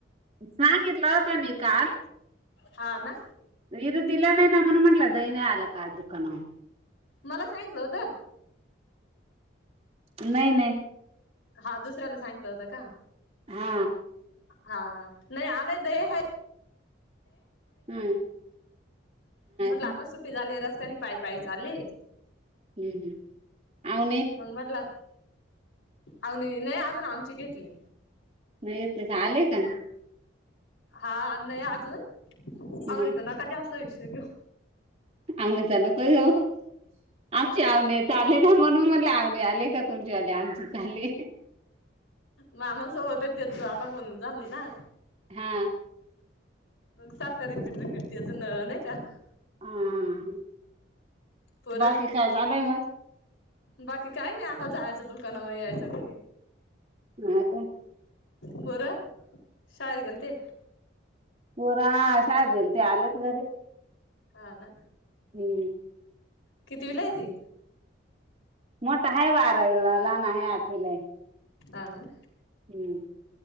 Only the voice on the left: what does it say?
हा ना.
मला सांगलं होत.
हा दुसऱ्याला सांगलं होता का.
हा हा नाही आलाय द ह.
म्हणला
आता सुट्टी झाली रस्त्याने पाय पाय चालले.
मग म्हटला आ नाही अजून आमची घेतली.
हा नाही अजून
आवडीच नका जास्त हो शको.
मामासोबत आहे त्याच आता बोल झालं ना.
अ सारखा रिपीट रिपीट तेच नाही का.
पोरं
बाकी काय नाही आता जायचं दुकानावर यायचं घरी.
पोर शाळेत गेल्ते.
ह ना.
कितविला ये ती.
अ ना